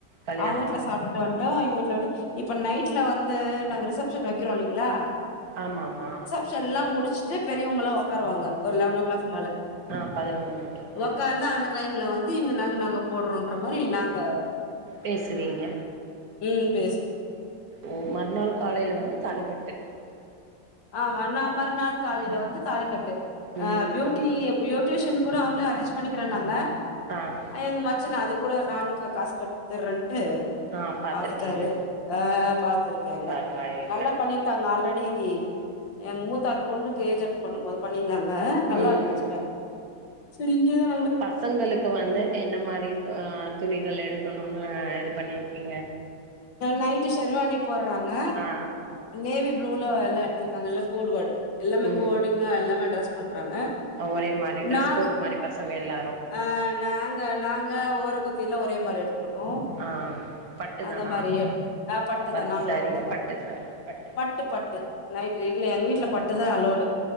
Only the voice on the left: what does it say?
அவுங்க வீட்டுல சாப்பிட்டுட்டு வன் டோ எங்க வீட்டுல விட்டு இப்ப நைட்ல வந்து நாங்க ரிசப்ஷன் வைக்கிறோ இல்லைங்களா
ஃபங்ஷன்லா முடிச்சிட்டு பெரியவங்களா உக்காருவாங்க ஒரு லெவன் ஓ கிளாக் மேல
ஒக்காந்து அந்த டைம்ல வந்து இந்த நக நாங்க போடுறோன்ற மாரி நாங்க
ம் பேசுவோ
ஆ மாறுநா மறுநாள் காலையில வந்து தாலிக்கட்டு
அ பியூட்டி பியூ டியூஷன் கூடு அவுங்களே அரேஞ்ச் பண்ணுகிறேனாங்க
எங்க மச்சன அது கூட நானே க காசு கட்டுத்தறன்ட்டு
பாத்துட்டாரு ஆ பாத்துருக்கேங்க
நல்லா பண்ணிரு க்காங்க ஆல்ரெடி எங்க மூத்தார் பொண்ணுக்கு ஏஜ் அடென்ட் பண்ணும் போது பண்ணி இருந்தாங்க நல்லா
இருந்துச்சு மேக் அப் சேரி இங்கே தா
நைட்டு ஷெர்வாணி போர்றாங்க
நேவி ப்ளூல எல்லா எடுத்திருக்காங்க எல்லா கோடுவர்ட் எல்லாமே
கோடிங்கா எல்லாமே ட்ரெஸ் பண்றாங்க
நாங்
ஆ நாங்க நாங்க ஓர கொத்தியல்லா ஒரே மாரி எடுத்திருக்கோ
அந்த
மாரியே ஆ பட்டுதா
நாங்களு
பட்டுதா
பட்டு பட்டு நைட் இல்ல எங்க வீட்ல பட்டுதா அல்லோடு